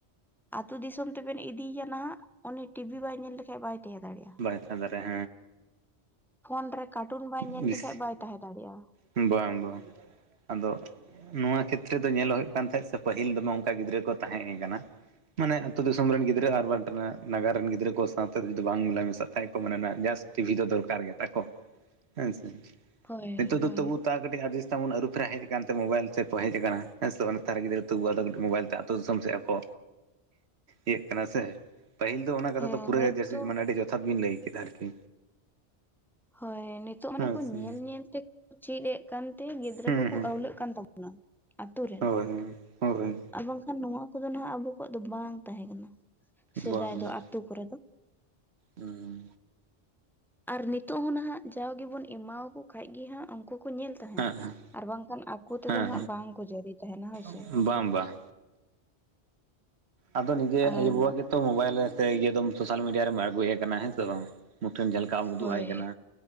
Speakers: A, in the centre; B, on the right.
A: ᱟᱛᱳ ᱫᱤᱥᱚᱢ ᱛᱮᱵᱮᱱ ᱤᱫᱤᱭᱭᱟ ᱱᱟᱦᱟᱜ ᱩᱱᱤ ᱴᱤᱵᱷᱤ ᱵᱟᱭ ᱧᱮᱞ ᱞᱮᱠᱷᱟᱱ ᱵᱟᱭ ᱛᱟᱦᱮᱸ ᱫᱟᱲᱮᱭᱟᱜ-ᱟ᱾
B: ᱵᱟᱭ ᱛᱟᱦᱮ ᱫᱟᱨᱮᱭᱟᱜ᱾
A: ᱯᱷᱳᱱ ᱨᱮ ᱠᱟᱨᱴᱩᱱ ᱵᱟᱭ ᱧᱮᱞ
B: ᱵᱤᱥ
A: ᱞᱮᱠᱷᱟᱡ ᱵᱟᱭ ᱛᱟᱦᱮᱸ ᱫᱟᱲᱮᱭᱟᱜ-ᱟ᱾
B: ᱵᱟᱝ ᱵᱟᱝ᱾ ᱟᱫᱚ ᱱᱚᱶᱟ ᱠᱷᱮᱛᱛᱨᱮ ᱫᱚ ᱧᱮᱞ ᱦᱳᱭᱳᱜ ᱠᱟᱱ ᱛᱟᱦᱮᱸᱫ ᱥᱮ ᱯᱟᱹᱦᱤᱞ ᱫᱚ ᱱᱚᱝᱠᱟ ᱜᱤᱫᱽᱨᱟᱹ ᱠᱚ ᱛᱟᱦᱮᱸᱭ ᱠᱟᱱᱟ᱾ ᱢᱟᱱᱮ ᱟᱹᱛᱩ ᱫᱤᱥᱚᱢ ᱨᱮᱱ ᱜᱤᱫᱽᱨᱟᱹ ᱟᱨ ᱵᱟᱝ <unintelligible> ᱱᱟᱜᱟᱨ ᱨᱮᱱ ᱜᱤᱫᱽᱨᱟᱹ ᱠᱚ ᱥᱟᱶᱛᱮ ᱡᱩᱫᱤ ᱵᱟᱝ ᱢᱮᱞᱟ ᱢᱮᱥᱟᱜ ᱛᱟᱦᱮᱜ ᱠᱚ ᱢᱟᱱᱮ ᱡᱟᱥᱴ᱾ ᱴᱤᱵᱷᱤ ᱫᱚ ᱫᱚᱨᱠᱟᱨ ᱜᱮᱛᱟ ᱠᱚ ᱦᱮᱸ ᱥᱮ᱾
A: ᱦᱳᱭ
B: ᱱᱤᱛᱚᱜ ᱫᱚ
A: ᱦᱳᱭ᱾
B: ᱛᱚᱵᱩ ᱛᱟ ᱠᱟᱹᱴᱤᱡ ᱟᱰᱤᱥᱛᱟᱢ ᱵᱚᱱ ᱟᱹᱨᱩ ᱯᱷᱮᱨᱟ ᱦᱮᱡ ᱟᱠᱟᱱᱛᱮ ᱢᱳᱵᱟᱭᱤᱞ ᱪᱮᱫ ᱠᱚ ᱦᱮᱡ ᱟᱠᱟᱱᱟ ᱦᱮᱸ ᱥᱮ ᱱᱮᱛᱟᱨ ᱜᱤᱫᱽᱨᱟᱹ ᱛᱳᱵᱩ ᱟᱫᱚ ᱠᱟᱹᱴᱤᱡ ᱢᱳᱵᱟᱭᱤᱞᱛᱮ ᱟᱹᱛᱩᱳ ᱫᱤᱥᱚᱢ ᱥᱮᱫ᱾ ᱠᱚ ᱤᱭᱟᱹᱜ ᱠᱟᱱᱟ ᱥᱮ᱾ ᱯᱟᱹᱦᱤᱞ ᱫᱚ ᱚᱱᱟ ᱠᱟᱛᱷᱟ
A: ᱦᱮᱸ
B: ᱫᱚ ᱯᱩᱨᱟᱹ
A: ᱱᱤᱛᱚᱜ
B: ᱜᱮ ᱡᱟᱹ <unintelligible> ᱢᱟᱱᱮ ᱟᱹᱰᱤ ᱡᱚᱛᱷᱟᱛ ᱵᱤᱱ ᱞᱟᱹᱭ ᱠᱮᱫᱟ ᱟᱨᱠᱤ᱾
A: ᱦᱳᱭ ᱱᱤᱛᱚᱜ ᱢᱟᱱᱮ
B: ᱦᱮᱸ
A: ᱠᱚ
B: ᱥᱮ
A: ᱧᱮᱞ ᱧᱮᱞ ᱛᱮ ᱪᱮᱫ ᱮᱫ ᱠᱟᱱᱛᱮ ᱜᱤᱫᱽᱨᱟᱹ
B: ᱦᱩᱸ
A: ᱠᱚᱠᱚ
B: ᱦᱩᱸ
A: ᱟᱹᱣᱞᱟᱹᱜ ᱠᱟᱱ ᱛᱟᱵᱚ᱾ ᱟᱛᱳ ᱨᱮᱱ᱾
B: ᱦᱳᱭ ᱦᱳᱭ
A: ᱟᱨ ᱵᱟᱝᱠᱷᱟᱱ ᱱᱚᱣᱟ ᱠᱚᱫᱚ ᱱᱟᱦᱟᱜ ᱟᱵᱚ ᱠᱚᱣᱟᱜ ᱫᱚ ᱵᱟᱝ ᱛᱟᱦᱮᱸ ᱠᱟᱱᱟ᱾ ᱥᱮᱫᱟᱭ
B: ᱵᱟᱝ
A: ᱫᱚ
B: ᱵᱟᱝ
A: ᱟᱛᱳ ᱠᱚᱨᱮ ᱫᱚ᱾
B: ᱦᱩᱸ
A: ᱟᱨ ᱱᱤᱛᱳᱜ ᱦᱚᱸ ᱱᱟᱦᱟᱜ ᱡᱟᱣ ᱜᱮᱵᱚᱱ ᱮᱢᱟᱣᱠᱚ ᱠᱷᱟᱡ ᱜᱮ ᱦᱟᱸᱜ ᱩᱱᱠᱩ ᱠᱚ ᱧᱮᱞ- ᱛᱟᱦᱮᱸᱱ,
B: ᱦᱮᱸ ᱦᱮᱸ
A: ᱟᱨ ᱵᱟᱝᱠᱷᱟᱱ ᱟᱠᱚ ᱛᱮᱫᱚ
B: ᱦᱮᱸ
A: ᱱᱟᱦᱟᱜ ᱵᱟᱝᱠᱚ ᱡᱟᱹᱨᱤ ᱛᱟᱦᱮᱸᱱᱟ ᱦᱳᱭ ᱥᱮ᱾
B: ᱦᱮᱸ ᱵᱟᱝ ᱵᱟᱝ᱾ ᱟᱫᱚ ᱱᱤᱡᱮ
A: ᱟᱨ
B: ᱟᱭᱩ ᱵᱟᱵᱟ ᱜᱮᱛᱚ ᱢᱳᱵᱟᱭᱤᱞ ᱥᱮ ᱤᱭᱟᱹᱫᱚᱢ ᱥᱳᱥᱟᱞ ᱢᱤᱰᱤᱭᱟ ᱨᱮᱢ ᱟᱲᱜᱩᱭᱮ ᱠᱟᱱᱟ ᱦᱮᱸ ᱥᱮ ᱵᱟᱝ? ᱢᱩᱴᱷᱟᱹᱱ ᱡᱟᱷᱟ ᱞᱮᱠᱟᱢ ᱩᱫᱩᱜ
A: ᱦᱳᱭ
B: ᱟᱭ ᱠᱟᱱᱟ